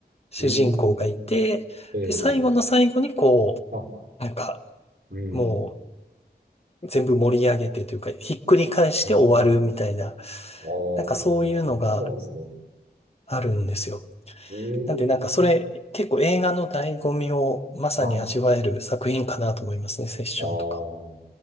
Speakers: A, on the left; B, on the right.
A: 主人公がいて、
B: うん。ええー。
A: で、最後の最後にこ
B: は
A: う、なんか
B: い。うん。
A: もう全部盛り上げてというかひっくり返して終わるみたいな、
B: ああ。ああ、
A: なんかそういうのが
B: そうなんですね。
A: あるんですよ。
B: うーん。
A: なんでなんかそれ結構映画の醍醐味をまさに味わえる作品かなと思いますね、
B: はい。あ
A: セッションとか。
B: あ。